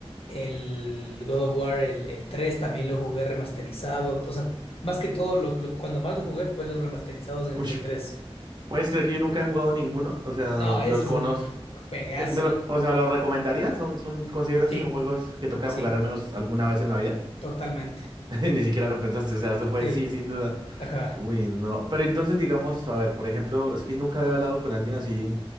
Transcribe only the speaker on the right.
uy,
¿puedes creer que yo nunca he jugado ninguno? O sea,
los
conozco.
Te- me lo- o sea, ¿los recomendarías? ¿Son, son, consideras
que son juegos que toca
jugar al menos alguna vez en la vida?
<laughs> Ni siquiera lo pensaste, o sea, eso fue
sí, sin duda.
Uy, no. Pero entonces, digamos, a ver, por ejemplo, es que nunca había hablado con alguien así